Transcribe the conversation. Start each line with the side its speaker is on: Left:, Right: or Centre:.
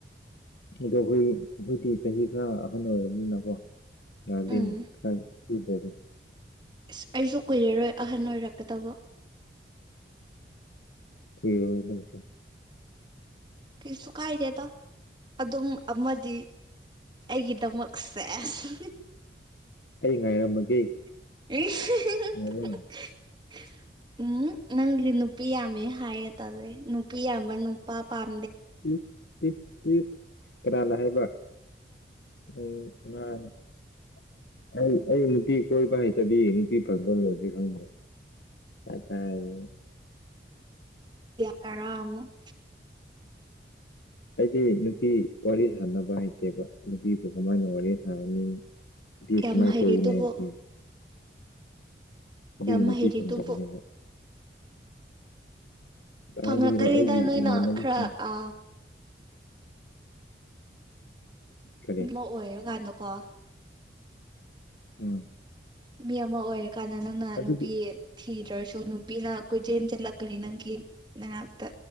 Left: ꯑꯗꯣ ꯑꯈꯣꯏꯒꯤ ꯑꯩꯈꯣꯏꯗꯤ ꯆꯍꯤ ꯈꯔ ꯑꯍꯟ ꯑꯣꯏꯔꯕꯅꯤꯅꯀꯣ ꯌꯗꯦꯅꯦ
Right: ꯎꯝ
Left: ꯈꯔꯥ ꯊꯤꯗꯔꯗꯤ
Right: ꯑꯁ ꯑꯩꯁꯨ ꯀꯨꯏꯔꯔꯣꯏ ꯑꯍꯟ ꯑꯣꯏꯔꯛꯀꯗꯕ
Left: ꯀꯨꯏꯔꯔꯣꯏ ꯅꯪꯁꯨ꯫
Right: ꯀꯩꯁꯨ ꯀꯥꯏꯗꯦꯗ ꯑꯗꯨꯝ ꯑꯃꯗꯤ꯫ ꯑꯩꯒꯤꯗꯃꯛ ꯁꯦꯁ꯫꯫
Left: ꯑꯩ ꯉꯥꯏꯔꯝꯃꯒꯦ
Right: <unintelligible>
Left: ꯉꯥꯏꯔꯝ
Right: ꯎꯝ ꯅꯪꯒꯤꯗꯤ ꯅꯨꯄꯤ ꯌꯥꯃꯦ ꯍꯥꯏꯌꯦ ꯇꯂꯦ ꯅꯨꯄꯤ ꯌꯥꯝꯕ ꯅꯨꯄꯥ ꯄꯥꯥꯝ
Left: <unintelligible> ꯀꯅꯥꯅ ꯍꯥꯏꯕ꯫ <unintelligible> ꯑꯩ ꯑꯩ ꯅꯨꯄꯤ ꯀꯣꯏꯕ ꯍꯩꯇꯕꯤ ꯅꯨꯄꯤ ꯐꯪꯗ ꯂꯩꯔꯤ ꯈꯪꯗ꯭ꯔꯣ꯫ ꯀꯗꯥꯏꯗꯒꯤ꯫
Right: ꯌꯥ ꯇꯔꯥ ꯑꯃꯨꯛ꯫
Left: ꯑꯩꯗꯤ ꯅꯨꯄꯤ ꯋꯥꯔꯤ ꯁꯅꯕ ꯍꯩꯇꯦꯕ ꯅꯨꯄꯤꯕꯨ ꯀꯃꯥꯏꯅ ꯋꯥꯔꯤ ꯁꯥꯒꯅꯤ꯫ ꯅꯨꯄꯤ
Right: ꯌꯥꯝ
Left: ꯀꯃꯥꯥꯏ
Right: ꯍꯩꯔꯤꯗꯨꯕꯨ
Left: ꯀꯣꯏꯒꯅꯤ ꯍꯥꯏꯕꯁꯤ꯫ ꯑꯗꯨꯒꯤ
Right: ꯌꯥꯝ
Left: ꯅꯨꯄꯤ
Right: ꯍꯩꯔꯤꯗꯨꯕꯨ꯫
Left: ꯐꯪꯗꯕꯅꯦꯕ ꯍꯥꯏꯗꯤꯔꯣ
Right: ꯐꯪꯉꯛꯀꯅꯤꯗ
Left: ꯑꯩꯒꯤ
Right: ꯅꯣꯏꯅ
Left: ꯏꯃꯥꯟꯅꯕꯤꯁꯤꯡ
Right: ꯈꯔ ꯑ꯫
Left: ꯀꯔꯤ
Right: ꯑꯃ ꯑꯣꯏꯔꯀꯥꯟꯗꯀꯣ꯫
Left: ꯎꯝ
Right: ꯃꯤ ꯑꯃ ꯑꯣꯏꯔꯀꯥꯟꯗ ꯅꯪꯅ
Left: ꯑꯗꯨꯗꯤ
Right: ꯅꯨꯄꯤ ꯊꯤ ꯊꯤꯗꯔꯁꯨ ꯅꯨꯄꯤꯅ ꯀꯣꯏꯆꯦꯟ ꯆꯦꯟꯂꯛꯀꯅꯤ ꯅꯪꯒꯤ ꯅꯅꯥꯛꯇ꯫